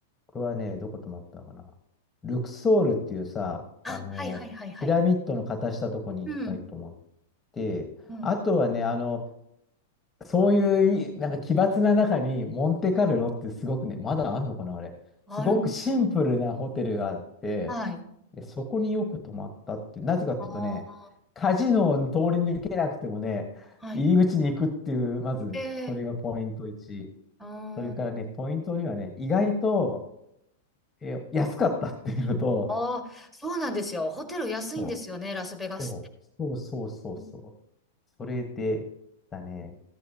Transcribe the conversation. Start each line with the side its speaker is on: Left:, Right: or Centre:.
Left: 僕はね、どこ泊まったのかな。ルクソールっていうさ、
Centre: あ、
Left: あの、
Centre: はいはいはいはい。
Left: ピラミッドの形したとこに一回泊まっ
Centre: うん、
Left: て、
Centre: うん。
Left: あとはね、あの、そういうい、なんか奇抜な中に、モンテカルロってすごくね、まだあんのかな、あれ。
Centre: あるん、
Left: すごくシンプルなホテルがあって、
Centre: うんはい。
Left: で、そこによく泊まったってなぜかっていうとね、
Centre: あ
Left: カジノを通り抜けなくてもね、
Centre: あ、はい。
Left: 入り口に行くっていう、まず、
Centre: ええ
Left: それがポイント1。
Centre: あ
Left: それからね、ポイント2はね、意外と、え、安かったっていうのと、
Centre: あー、そうなんですよ。ホテル安いんですよね、
Left: そ
Centre: ラスベガスって。
Left: う、そう、そうそうそうそう。
Centre: う
Left: それで、だね。